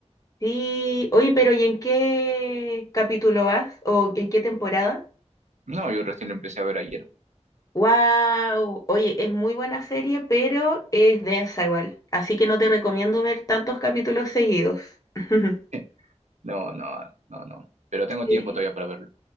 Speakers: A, on the left; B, on the right.
A: Sí, oye, pero ¿y en qué capítulo vas? ¿O en qué temporada?
B: No, yo recién lo empecé a ver ayer.
A: Wow, oye, es muy buena serie, pero es densa igual, así que no te recomiendo ver tantos capítulos seguidos. <laughs>
B: <laughs> No, no, no, no. Pero tengo
A: Sí.
B: tiempo todavía para verlo.